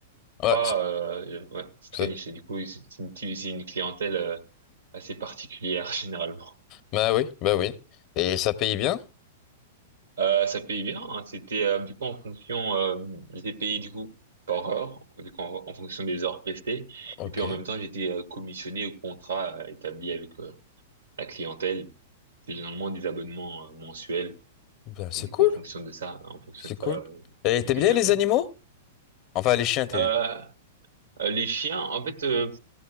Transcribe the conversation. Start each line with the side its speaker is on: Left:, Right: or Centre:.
Left: Ouais,
Right: pas,
Left: c'est-
Right: euh, j'avais- ouais, c'est très
Left: c'est-
Right: niché. Du coup, c'est c'est une, petite- c'est une clientèle euh, assez particulière <laughs> généralement.
Left: bah oui, bah oui. Et ça paye bien?
Right: Euh, ça payait bien. hein. C'était euh, du coup en fonction, euh, j'étais payé du coup par heure, du coup en, en fonction des heures prestées.
Left: Ok.
Right: Et puis en même temps, j'étais euh, commissionné au contrat euh, établi avec euh, la clientèle. C'est généralement des abonnements euh, mensuels.
Left: Ben, c'est
Right: Et du
Left: cool.
Right: coup, en fonction de ça, en fonction
Left: C'est
Right: de ça,
Left: cool.
Right: euh,
Left: Et
Right: j'étais
Left: t'aimes bien
Right: bien
Left: les
Right: payé.
Left: animaux? Enfin, les chiens, t'es...
Right: Euh, euh, les chiens, en fait. euh,